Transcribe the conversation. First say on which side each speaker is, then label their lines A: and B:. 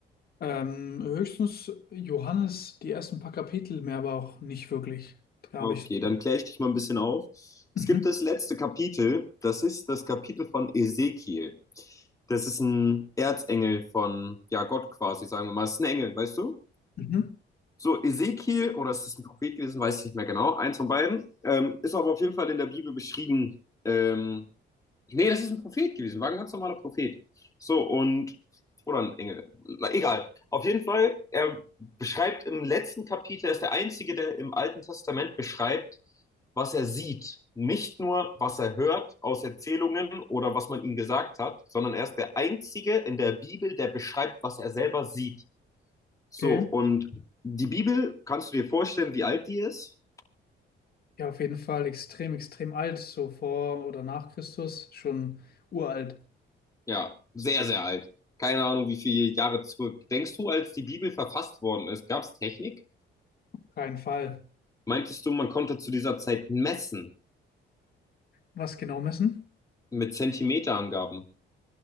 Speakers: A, on the left; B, on the left.
A: Ähm, höchstens Johannes, die ersten paar Kapitel, mehr aber auch nicht wirklich. Da
B: Okay,
A: habe ich.
B: dann kläre ich dich mal ein bisschen auf. Es
A: Mhm.
B: gibt das letzte Kapitel, das ist das Kapitel von Ezekiel. Das ist ein Erzengel von, ja, Gott quasi, sagen wir mal. Das ist ein Engel, weißt du?
A: Mhm.
B: So, Ezekiel, oder ist es ist ein Prophet gewesen, weiß ich nicht mehr genau, eins von beiden, ähm, ist aber auf jeden Fall in der Bibel beschrieben, ähm, Nee, das ist ein Prophet gewesen, war ein ganz normaler Prophet. So, und, oder ein Engel, Na, egal. Auf jeden Fall, er beschreibt im letzten Kapitel, er ist der Einzige, der im Alten Testament beschreibt, was er sieht. Nicht nur, was er hört aus Erzählungen oder was man ihm gesagt hat, sondern er ist der Einzige in der Bibel, der beschreibt, was er selber sieht. So,
A: Okay.
B: und die Bibel, kannst du dir vorstellen, wie alt die ist?
A: Ja, auf jeden Fall extrem, extrem alt, so vor oder nach Christus, schon uralt.
B: Ja, sehr, sehr alt. Keine Ahnung, wie viele Jahre zurück. Denkst du, als die Bibel verfasst worden ist, gab es Technik?
A: Kein Fall.
B: Meintest du, man konnte zu dieser Zeit messen
A: Was genau messen?
B: mit Zentimeterangaben?